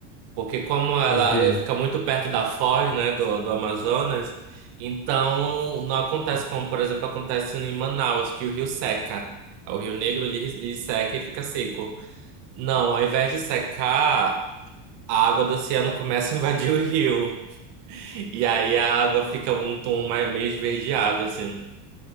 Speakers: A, on the right; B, on the left.
A: Porque como ela
B: Por causa de,
A: fica muito perto da foz, né, do, do Amazonas, então não acontece como, por exemplo, acontece em Manaus, que o rio seca. O Rio Negro ele, ele seca e fica seco. Não, ao invés de secar, a água do oceano começa a invadir o rio. E aí a água fica um tom mais, meio esverdeado, assim.